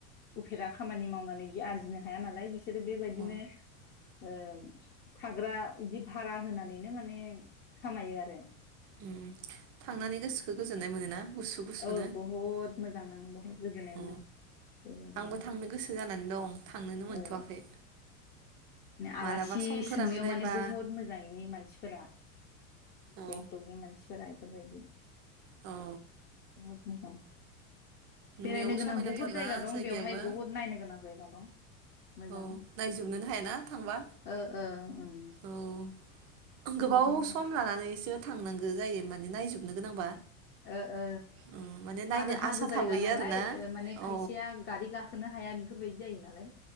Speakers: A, on the left; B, on the right.
A: उफेरा खामानि मावनानै जि आरजिनो हाया नालाय बिस जेरै बेबायदिनो
B: अ
A: ओं थाग्रा इदि भारा होनानैनो माने खामायो आरो
B: उम थांनानै गोसोखौ गोजोननाय मोनोना गुसु गुसुनो
A: औ बहुद मोजां नाङो बहाय गोजोननाय
B: अ
A: मोनो। बेबायदिनो
B: आंबो थांनो गोसो जानानै दं थांनोनो मोनथ'वाखै।
A: ओ आलासि
B: मालाबा समफोरा
A: सोंनायाव
B: मिलायबा
A: माने बहुत मोजां इनि मानसिफोरा
B: औ
A: गेंटकनि मानसिफोरा इफोरबायदि
B: औ
A: बहद मोजां
B: नुनायाव
A: बेरायनो गोनां
B: समायनाथारना
A: बहुद जायगा दं
B: जायगायाबो
A: बेवहाय बहुद नायनो गोनां जायगा दं। मोजां
B: औ नायजोबनोनो हा ए ना थांबा
A: ओ ओ ओं
B: औ
A: बहुद
B: गोबाव
A: मोजां
B: सम लानानैसो थांनांगो जायो माने नायजुबनो गोनांबा
A: ओ ओ
B: उम माने नायनो
A: आरो हाजो
B: आसा
A: जायगा
B: थाबोयो
A: नालाय
B: आरोना
A: ओ माने खायसेया
B: औ
A: गारि गाखोनो हाया बेफोरबायदि जायोना।